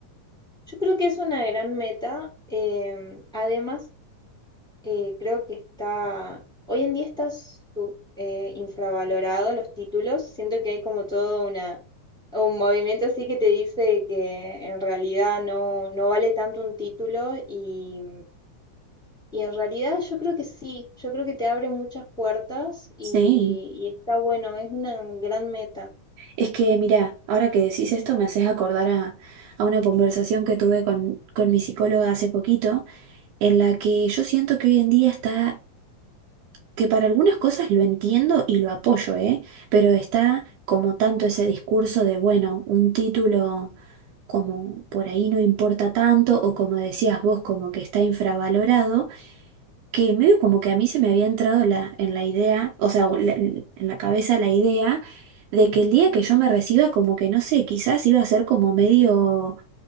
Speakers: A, in the centre; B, on the right (about 80°).
A: Yo creo que es una gran meta. eh, además, eh, creo que está, hoy en día está su- eh, infravalorado los títulos. Siento que hay como todo una, un movimiento así que te dice que en realidad no, no vale tanto un título y Y en realidad yo creo que sí, yo creo que te abre muchas puertas y,
B: Sí.
A: y está bueno, es una gran meta.
B: Es que, mira, ahora que decís esto me haces acordar a, a una conversación que tuve con, con mi psicóloga hace poquito, en la que yo siento que hoy en día está, que para algunas cosas lo entiendo y lo apoyo, ¿eh? Pero está como tanto ese discurso de, bueno, un título como por ahí no importa tanto o como decías vos, como que está infravalorado que medio como que a mí se me había entrado la, en la idea, o sea, o la- en la cabeza la idea de que el día que yo me reciba, como que no sé, quizás iba a ser como medio